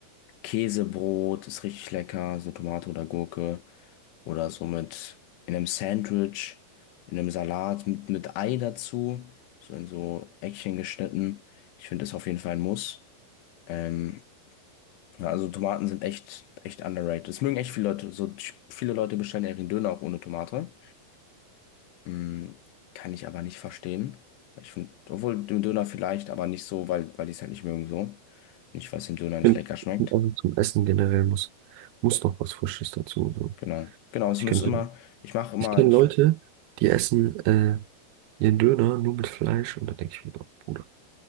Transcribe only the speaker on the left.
Käsebrot ist richtig lecker, so Tomate oder Gurke oder so mit in einem Sandwich, in einem Salat mit, mit Ei dazu, so in so Eckchen geschnitten. Ich finde das auf jeden Fall ein Muss. Ähm, ja, also Tomaten sind echt, echt underrated. Das mögen echt viele Leute. So viele Leute bestellen ja ihren Döner auch ohne Tomate. Mm, kann ich aber nicht verstehen. Ich finde, obwohl den Döner vielleicht, aber nicht so, weil, weil die es halt nicht mögen so. Nicht, weil es dem Döner
nicht
lecker schmeckt.
Genau. Genau, es
muss
immer, ich mache immer,
ich,